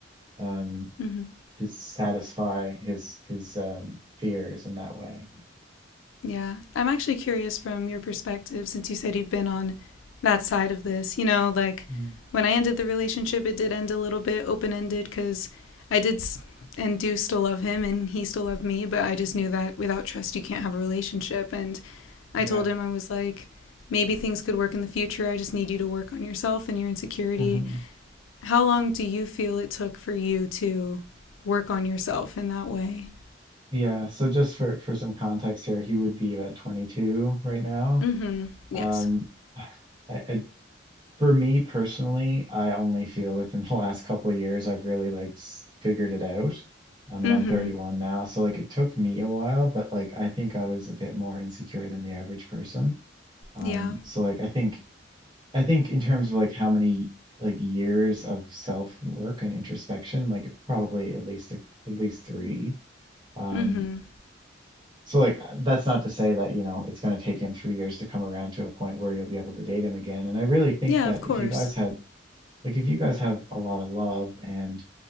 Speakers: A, on the right; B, on the left.
A: um
B: Mhm.
A: to satisfy his his um fears in that way.
B: Yeah. I'm actually curious from your perspective, since you said you've been on that side of this. You know, like
A: Mm,
B: when I ended the relationship, it did end a little bit open ended because I did and do still love him and he still loved me, but I just knew that without trust, you can't have a relationship. And I
A: yeah.
B: told him, I was like, maybe things could work in the future. I just need you to work on yourself and your insecurity.
A: hmm
B: How long do you feel it took for you to work on yourself in that way?
A: Yeah, so just for for some context here, he would be about 22 right now.
B: Mm hmm. Yes.
A: Um <sighs> I, I For me personally, I only feel within <laughs> the last couple of years I've really like s- figured it out. I mean,
B: Mm
A: I'm
B: hmm.
A: 31 now, so like it took me a while, but like I think I was a bit more insecure than the average person. Um,
B: Yeah.
A: so like I think I think in terms of like how many like years of self-work and introspection, like probably at least a, at least three. Um,
B: Mm hmm.
A: so like uh, that's not to say that, you know, it's going to take him three years to come around to a point where you'll be able to date him again. And I really think
B: Yeah,
A: that
B: of course.
A: if you guys had like if you guys have a lot of love and